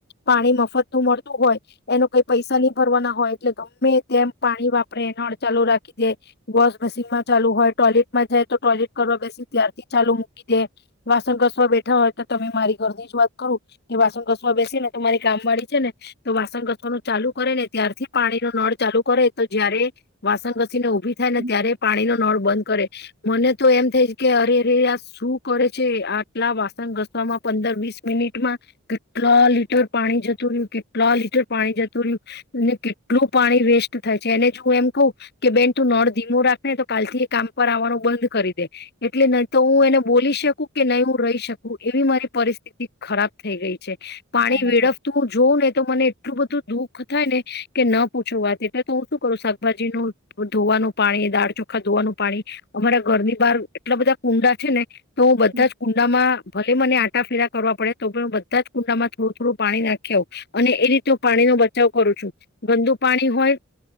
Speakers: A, on the left; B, on the right.
A: પાણી મફત મળતું હોય એનો કઈ પૈસા નહી ભરવાના હોય એટલે ગમે તેમ પાણી વાપરે એ હળચાલુ રાખી દે વોશ મશીન માં, ચાલુ હોય ટોયલેટમાં જાય. તો ટોલેટ કરવા બેસી ત્યારથી ચાલુ કે જે વાસણ કસવા બેઠા હોય તો તમે મારી ઘર ની જ વાત કરું કે વાસણ કસવા બેસી ને તો મારી કામ વાળી ને તો વાસણ ઘસવાનું ચાલુ કરે ને ત્યારથી પાણી નો નળ ચાલુ કરે, તો જયારે વાસણ ઘસીને ઉભી થાય
B: હમ
A: ને ત્યારે પાણી નો નળ બંધ કરે મને તો એમ થાય કે અરે, અરે આ શું કરે છે. આટલા વાસણ ઘસવામાં પંદર, વીસ મિનિટમાં કેટલા લીટર પાણી જ તું રહ્યું કેટલા લીટર પાણી જતું રહ્યું, કેટલું પાણી વેસ્ટ થાય છે એને જું એમ કહ કે બેન તું નળ ધીમો રાખેને તો કાલથી એ કામ પર આવવાનું બંધ કરી દે. એટલે નહ તો હું એને બોલી શકું કે નહી, હું રહી શકું એવી મારી પરિસ્થિતિ ખરાબ થઈ ગઈ છે. પાણી
B: ના ના
A: વેડફ કહ ને તો મને એટલું બધું દુઃખ થાય, ને કે ન પૂછવા વાત એટલે તો હું શું કરું શાકભાજી ન ધોવાનું પાણી દાળ ચોખા ધોવાનું પાણી અમારા ઘરની બહાર એટલા બધા કુંડા છે, ને તો હું
B: સાચું.
A: બધા જ કુંડામાં ભલે મને આંટા ફેરા કરવા પડે તો હ બધા જ કુંડામાં થોડું થોડું પાણી નાખ નાખી આવું. અને એ રીતે પાણી નો બચાવ બચાવ કરું છું. ગંદુ પાણી હોય